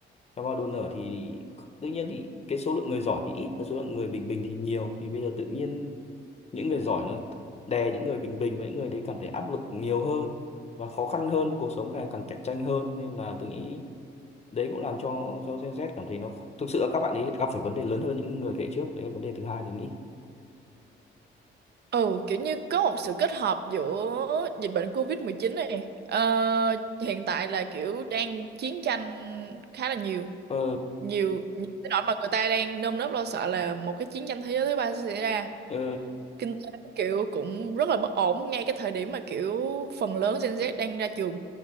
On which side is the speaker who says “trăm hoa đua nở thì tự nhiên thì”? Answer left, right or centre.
Left